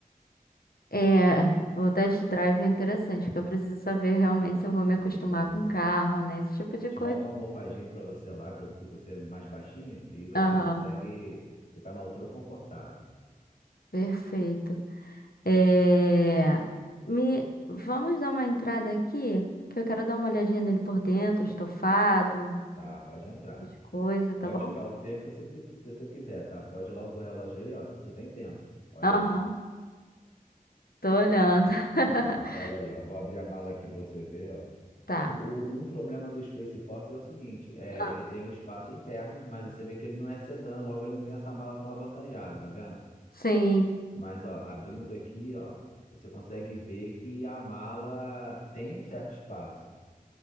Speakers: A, on the left (about 80°); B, on the left (about 60°).
A: É, o test drive é interessante, porque eu preciso saber realmente se eu vou me acostumar
B: Isso.
A: com o carro, né? Esse tipo de
B: Te
A: coisa.
B: bota uma almofadinha para você lá, quando fica você mais baixinho, e você
A: Aham,
B: consegue ficar na altura confortável.
A: perfeito. É, me, vamos dar uma entrada aqui, que eu quero dar uma olhadinha nele por dentro, estofado,
B: Tá, pode entrar.
A: de coisa, tá
B: Pode
A: bom?
B: ficar o tempo que você, que você quiser, tá? Pode ir lá o teu relógio aí, ó. Tu tem tempo. Olha
A: Aham,
B: aí.
A: tô olhando. <laughs>
B: Ah, olha aí, ó. Vou abrir a mala aqui para você ver, ó.
A: Tá.
B: O, um problema do Space Fox é o seguinte, é,
A: Ah,
B: ele tem um espaço interno, mas você vê que ele não é sedã, logo ele não tem essa mala tão avantajada, tá vendo?
A: sim,
B: Mas, ó, abrindo aqui, ó, você consegue ver que a mala tem um certo espaço.